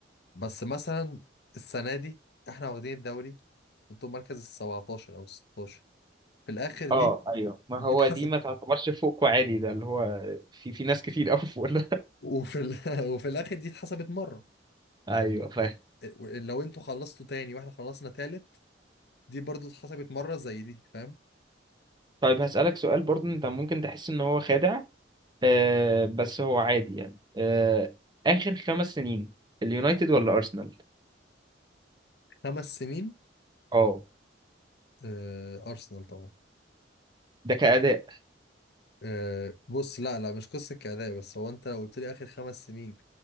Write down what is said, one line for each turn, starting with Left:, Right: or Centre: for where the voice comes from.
Left: بس مثلا السنه دي احنا واخدين الدوري انتم مركز ال 17 او ال 16 في الاخر دي
Right: اه ايوه ما
Left: دي
Right: هو
Left: اتحسب
Right: دي ما تعتبرش فوق عادي ده اللي هو في في ناس كتير قوي فوق ده
Left: وفي ال... <laughs> وفي الاخر دي اتحسبت مره
Right: <laughs> ايوه فاهم
Left: إيه، لو انتوا خلصتوا تاني واحنا خلصنا تالت دي برضو اتحسبت مره زي دي فاهم
Right: طيب هسألك سؤال برضه انت ممكن تحس ان هو خادع آه بس هو عادي يعني آه اخر خمس سنين اليونايتد ولا ارسنال
Left: خمس سنين
Right: اه
Left: آه، أرسنال طبعا
Right: ده كأداء
Left: آه، بص لا لا مش قصة كأداء بس هو أنت لو قلت لي آخر خمس سنين